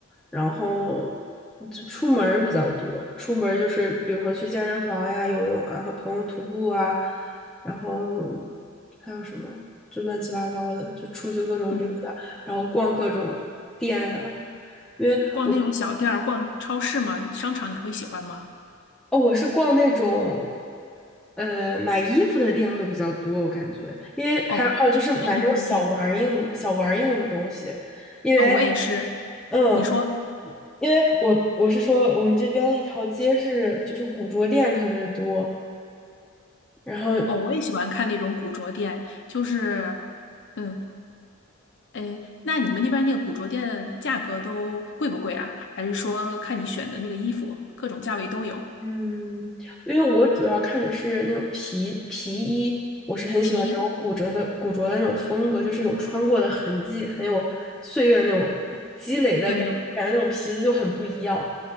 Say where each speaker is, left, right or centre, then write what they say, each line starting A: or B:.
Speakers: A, in the centre; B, on the left (about 60°).
A: 然后就出门儿比较多，出门儿就是比如说去健身房呀、游泳啊，和朋友徒步啊，然后还有什么就乱七八糟的，就出去各种溜达，
B: 嗯，
A: 然后逛各种店啊。因为我。
B: 逛那种小店儿、逛超市吗？商场你会喜欢吗？
A: 哦，我是逛那种，呃，买衣服的店会比较多，我感觉，因为还有还有就是买那种小玩儿硬小玩儿硬的东西，
B: 哦，卖衣服的店
A: 因为，
B: 哦，我也是。
A: 嗯，
B: 你说
A: 因为我我是说我们这边一条街是就是古着店特别多，然后。
B: 哦，我也喜欢看那种古着店，就是嗯，哎，那你们那边那个古着店的价格都贵不贵啊？还是说看你选的那个衣服，各种价位都有？
A: 嗯，因为我主要看的是那种皮皮衣，我是很喜欢那种古着的古着的那种风格，
B: 一，
A: 就是有穿过的痕迹，很有岁月那种积累的感感觉，
B: 对，有，
A: 那种皮子就很不一样。